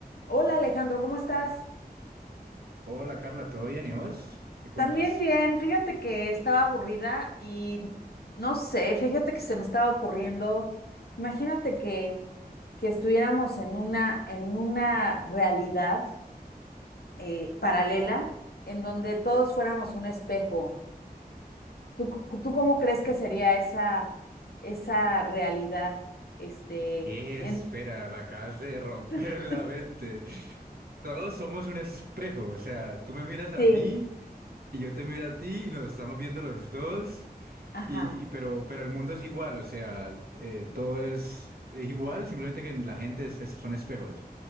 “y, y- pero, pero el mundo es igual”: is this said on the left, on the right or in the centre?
Right